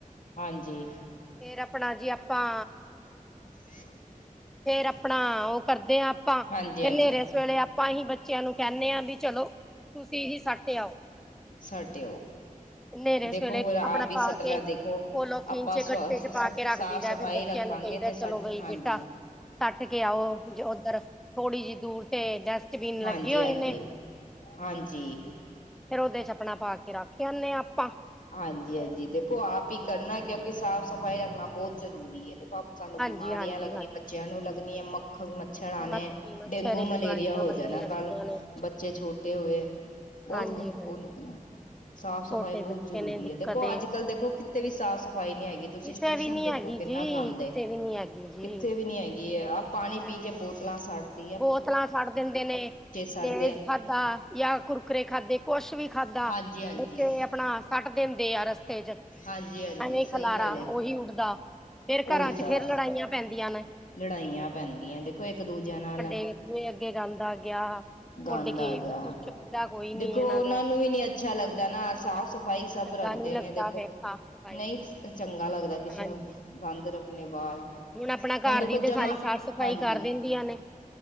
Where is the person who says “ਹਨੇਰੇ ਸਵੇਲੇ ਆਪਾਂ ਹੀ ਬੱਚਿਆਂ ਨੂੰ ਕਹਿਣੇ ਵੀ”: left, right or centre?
Centre